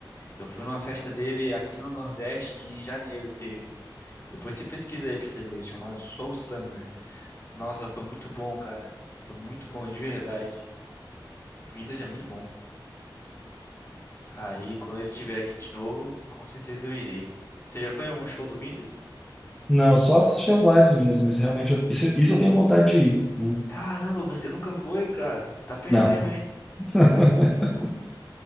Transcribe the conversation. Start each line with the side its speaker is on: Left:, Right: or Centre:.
Left: Eu fui numa festa dele aqui no Nordeste em janeiro, teve. Depois você pesquisa aí pra você ver, chamado Soul Summer. Nossa, foi muito bom, cara. Foi muito bom, de verdade. Vintage é muito bom. Aí, quando ele tiver aqui de novo, com certeza eu irei. Você já foi em algum show do Vintage?
Centre: Não, só assistir as lives mesmo, mas realmente eu- isso, isso eu tenho vontade de ir, né?
Left: Caramba, você nunca foi, cara. Tá perdendo,
Centre: Não.
Left: hein?
Centre: <laughs>